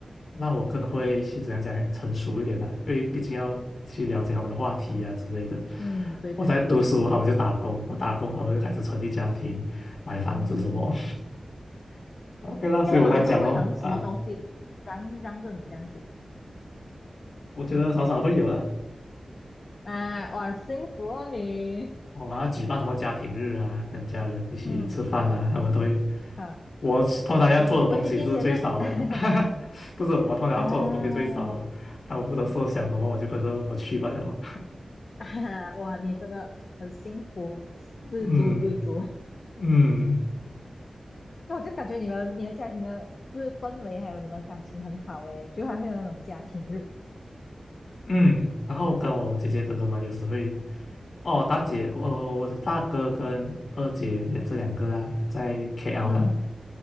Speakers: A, on the left; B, on the left.
A: 让我更会去怎样讲呢成熟一点啦。因为毕竟要去了解他们的话题啊之类的。
B: 嗯，对对对，
A: 我在读书，他们就打工；我打工，他们就开始成立家庭、买房子什么。
B: 嗯，
A: <laughs> OK 啦，
B: 这样的好像会不会好像什么东西嚷嚷着你这样子？
A: 所以我在讲咯，啊，我觉得少少会有的。
B: 啊，哇，幸福哦你！
A: 我们要举办什么家庭日啊，跟家人一起吃饭啊，
B: 嗯，
A: 他们都会。
B: 好，
A: 我通常要做的东西是最少的，
B: 文文弟弟先呢？<laughs>
A: <laughs> 不是我通常要做的东西最少的，
B: 啊，
A: 他们负责设想什么，
B: 哦，
A: 我就跟着我去罢了。
B: <laughs> 哇，你真的很幸福，
A: <laughs>
B: 知足知足。
A: 嗯嗯
B: 就我就感觉你们你的家庭的，就是氛围还有你们感情很好诶，就还会有那种家庭日。
A: 嗯，然后跟我姐姐哥哥们有时会，哦，大姐，我我的大哥跟二姐这两个啦，在 KL
B: 嗯
A: 啦，